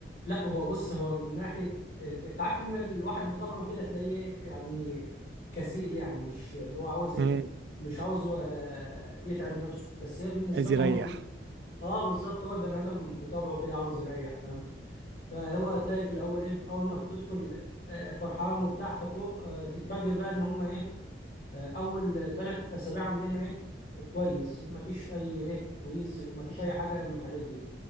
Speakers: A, on the left; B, on the right.
A: لا هو بص هو من ناحية آه، انت عارف ان الواحد بطبعه كده تلاقيه يعني كسيل يعني مش اللي هو عاوز ايه
B: امم
A: مش عاوز هو، آه، يتعب نفسه بس هي بالنسبة
B: عايز
A: لنا
B: يريح
A: هم اه بالظبط هو البني ادم بطبعه كده عاوز يريح فاهم فهو هتلاقي في الاول ايه اول ما بتدخل آه، فرحان وبتاع ففوق آه، تتفاجئ بقى ان هم ايه آه، اول ثلاث اسابيع عندنا ايه كويس مفيش اي ايه كويز مفيش اي حاجه من الحاجات دي